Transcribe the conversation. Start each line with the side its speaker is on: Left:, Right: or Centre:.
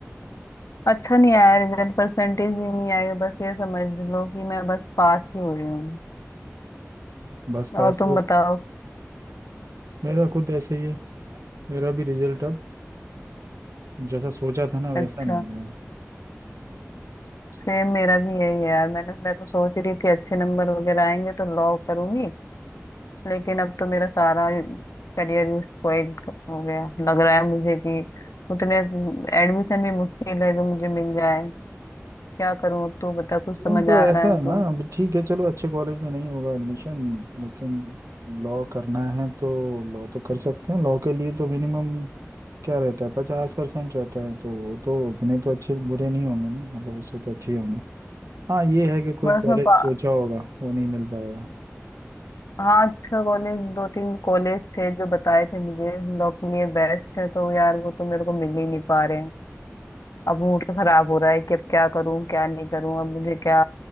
Left: अच्छा नहीं आया रिजल्ट परसेंटेज भी नहीं आया बस ये समझ लो कि मैं बस पास ही हो रही हूँ
Right: बस पास
Left: और तुम
Right: हुए
Left: बताओ
Right: मेरा खुद ऐसे ही है मेरा भी रिजल्ट अब जैसा सोचा था ना वैसा
Left: अच्छा
Right: नहीं आया
Left: सेम मेरा भी यही है यार मैंने मैं तो सोच रही थी अच्छे नंबर वगैरह आएंगे तो लॉ करूंगी लेकिन अब तो मेरा सारा करियर ही स्पॉइल हो गया लग रहा है मुझे कि उतने एडमिशन भी मुश्किल है जो मुझे मिल जाए क्या करूं अब तो बता कुछ समझ
Right: नहीं तो
Left: आ
Right: ऐसा
Left: रहा है
Right: है
Left: तो
Right: ना अब ठीक है चलो अच्छे कॉलेज में नहीं होगा एडमिशन लेकिन लॉ करना है तो लॉ तो कर सकते हैं लॉ के लिए तो मिनिमम क्या रहता है पचास परसेंट रहता है तो वो तो उतने तो अच्छे बुरे नहीं होंगे ना मतलब उससे तो अच्छे ही होंगे हाँ ये है कि कोई
Left: बस
Right: कॉलेज
Left: मैं पा...
Right: सोचा होगा वो नहीं मिल पाएगा
Left: हाँ अच्छा कॉलेज दो तीन कॉलेज थे जो बताए थे मुझे लॉ के लिए बेस्ट है तो यार वो तो मेरे को मिल ही नहीं पा रहे हैं अब मूड खराब हो रहा है कि अब क्या करूं क्या नहीं करूं अब मुझे क्या